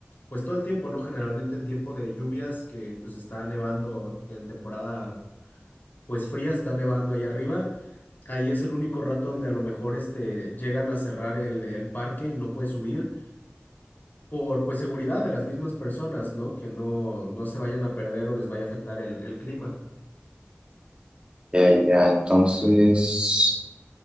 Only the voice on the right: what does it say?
Ya, ya, entonces,